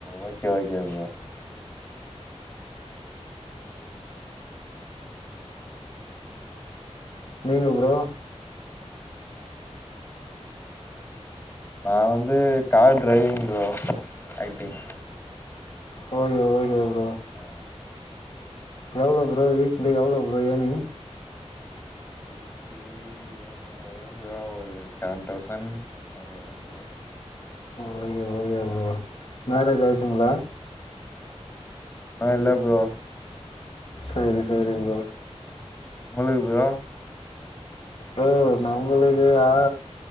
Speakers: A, on the left; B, on the left.
A: ஓகே ஓகே ப்ரோ
B: நீங்க ப்ரோ
A: நா வந்து car driving bro acting
B: okay okay bro
A: ஆ
B: எவ்ளோ ப்ரோ வீக்லி எவ்ளோ ப்ரோ ஏனிங்
A: வீக்லி ஏர்நிங் வரு ப்ரோ ஒரு செவன் தௌசண் அப்டி வரு bro
B: okay okay bro marriage ஆய்ச்சீங்களா
A: அ இல்ல ப்ரோ
B: சேரி சேரி ப்ரோ
A: உங்களுக் ப்ரோ
B: ப்ரோ நம்பளுக்கு ஆ